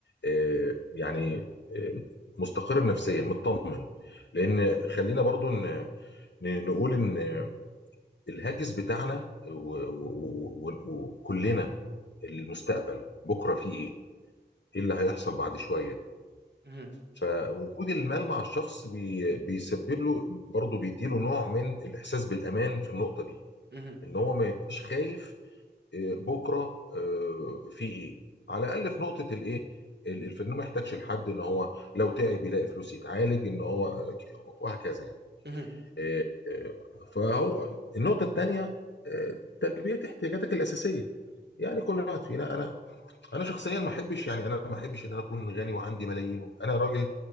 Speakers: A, on the left; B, on the right.
A: آه، يعني آه، مستقر نفسيا مطمن لان خلينا برضو ن- ن- نقول ان الهاجس بتاعنا و- و- و- وكلنا المستقبل بكره فيه ايه ايه اللي هيحصل بعد شويه
B: مهم،
A: فوجود المال مع الشخص بي بيسبب له برضه بيديله نوع من الإحساس بالأمان في النقطة دي
B: مهم،
A: إن هو ما يبقاش خايف آه، بكرة آه، في إيه على الأقل في نقطة الإيه ال- الف- إنه ما يحتاجش لحد إن هو لو تعب يلاقي فلوس يتعالج إن هو وهكذا يعني
B: مهم،
A: آه، آه، فهو النقطة التانية آه، تلبية احتياجاتك الأساسية يعني كل واحد فينا أنا انا شخصيا ما احبش يعني انا ما احبش ان انا اكون غني وعندي ملايين انا راجل